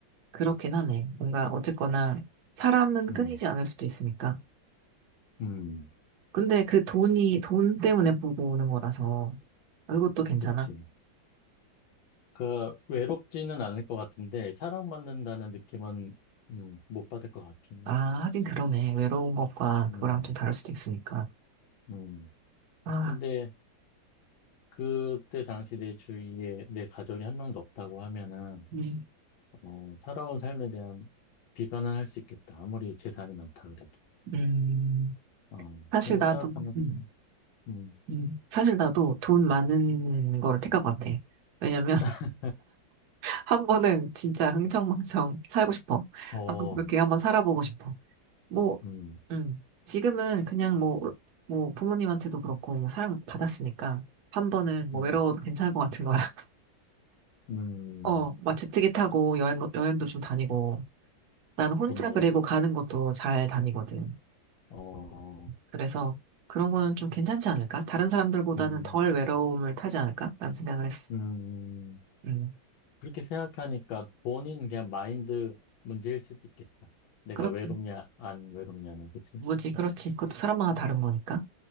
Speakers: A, on the right; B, on the left.
A: 그렇긴 하네. 뭔가 어쨌거나 사람은 끊이지
B: 음,
A: 않을 수도 있으니까.
B: 음.
A: 근데 그 돈이 돈 때문에 보고 오는 거라서 아, 그것도 괜찮아?
B: 그치. 그, 외롭지는 않을 것 같은데, 사랑받는다는 느낌은, 음, 못 받을 것 같긴
A: 아,
B: 해.
A: 하긴 그러네. 외로운 것과
B: 음,
A: 그거랑 좀 다를 수도 있으니까.
B: 음.
A: 아,
B: 근데, 그때 당시 내 주위에 내 가족이 한 명도 없다고 하면은,
A: 음,
B: 어, 살아온 삶에 대한 비관은 할 수 있겠다. 아무리 재산이 많다 그래도.
A: 음.
B: 어,
A: 사실
B: 그런 거
A: 나도,
B: 생각하면
A: 음,
B: 좀, 음,
A: 음. 사실 나도 돈 많은 걸 택할 것 같아. 왜냐면,
B: <laughs>
A: <laughs> 한 번은 진짜 흥청망청 살고 싶어.
B: 어,
A: 한번 그렇게 한번 살아보고 싶어. 뭐,
B: 음,
A: 음, 지금은 그냥 뭐, 뭐, 부모님한테도 그렇고, 뭐, 사랑 받았으니까, 한 번은 뭐,
B: 음,
A: 외로워도 괜찮을 것 같은 거야. <laughs>
B: 음,
A: 어, 막 제트기 타고 여행, 여행도 좀 다니고, 난 혼자
B: 좋네.
A: 그리고 가는 것도 잘 다니거든.
B: 어,
A: 그래서 그런 거는 좀 괜찮지 않을까? 다른 사람들보다는
B: 음,
A: 덜 외로움을 타지 않을까? 라는 생각을 했어.
B: 음.
A: 음,
B: 그렇게 생각하니까 본인 그냥 마인드 문제일 수도 있겠다. 내가
A: 그렇지.
B: 외롭냐, 안 외롭냐는, 그치?
A: 뭐지, 그렇지. 그것도 사람마다 다른 거니까.